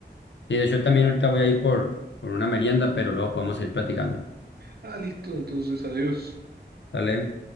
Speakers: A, on the left; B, on the right.
A: Y de hecho también ahorita voy a ir por, por una merienda, pero luego podemos ir platicando.
B: Ah, listo, entonces adiós.
A: ¿Sale?